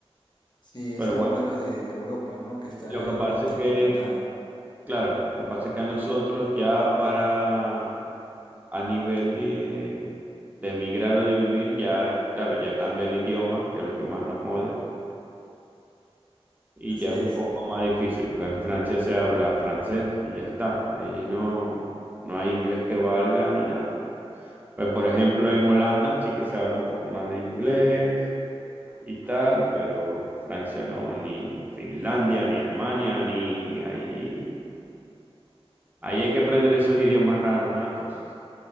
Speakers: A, on the left; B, on the right.
A: Sí, eso
B: Pero
A: es
B: bueno,
A: lo bueno de, de Europa, ¿no? Que está
B: lo que
A: in-
B: pasa
A: interconectada.
B: es que, claro, lo que pasa es que a nosotros ya para, a nivel de, de emigrar o de vivir, ya, claro, ya cambia el idioma, que es lo que más nos jode y
A: Así
B: ya es
A: es,
B: un poco más difícil porque en Francia se habla francés y ya está. Ahí no, no hay inglés que valga ni nada. Pues por ejemplo en Holanda sí que se habla un poco más de inglés y tal, pero Francia no, ni Finlandia, ni Alemania, ni ahí, ahí hay que aprender esos idiomas raros natos.